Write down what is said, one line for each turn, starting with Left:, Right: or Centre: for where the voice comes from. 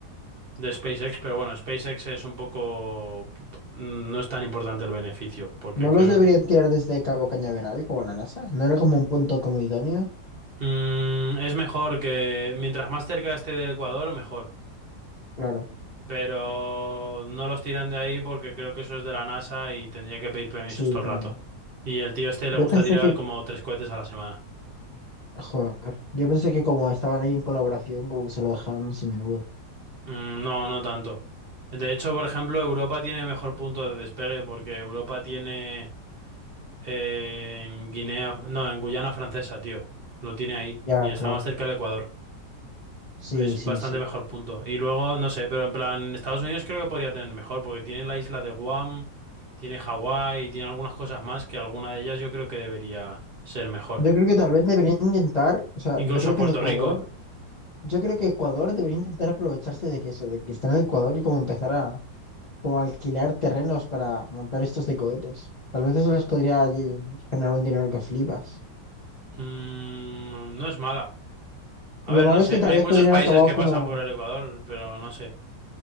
Right: de SpaceX, pero bueno, SpaceX es un poco... No es tan importante el beneficio, porque
Left: ¿No los
Right: creo...
Left: deberían tirar desde Cabo Cañaveral como la NASA? ¿No era como un punto como idóneo?
Right: Mm, es mejor que... Mientras más cerca esté del Ecuador, mejor.
Left: Claro.
Right: pero no los tiran de ahí porque creo que eso es de la NASA y tendría que pedir permisos
Left: Sí,
Right: todo el
Left: claro.
Right: rato. Y el tío este
Left: Yo
Right: le gusta
Left: pensé
Right: tirar
Left: que,
Right: como tres cohetes a la semana.
Left: joder, yo pensé que como estaban ahí en colaboración, como que se lo dejábamos a menudo.
Right: Mm, no, no tanto. De hecho, por ejemplo, Europa tiene mejor punto de despegue porque Europa tiene eh, en Guinea, no, en Guyana Francesa, tío. Lo tiene ahí
Left: Ya,
Right: y está
Left: claro.
Right: más cerca del Ecuador.
Left: Sí,
Right: Es
Left: sí,
Right: bastante
Left: sí.
Right: mejor punto. Y luego, no sé, pero en plan, Estados Unidos creo que podría tener mejor, porque tiene la isla de Guam, tiene Hawái, tiene algunas cosas más que alguna de ellas yo creo que debería ser mejor.
Left: Yo creo que tal vez deberían intentar, o sea,
Right: Incluso
Left: yo creo
Right: a
Left: que
Right: Puerto
Left: en Ecuador,
Right: Rico,
Left: yo creo que Ecuador debería intentar aprovecharse de que eso, de que están en Ecuador y como empezar a como alquilar terrenos para montar estos de cohetes. Tal vez eso les podría allí generar un dinero que flipas.
Right: mm, no es mala. A
Left: Lo
Right: ver,
Left: malo
Right: no
Left: es
Right: sé,
Left: que tal
Right: hay
Left: vez
Right: muchos
Left: podrían
Right: países
Left: acabar
Right: que
Left: como,
Right: pasan por el Ecuador, pero no sé.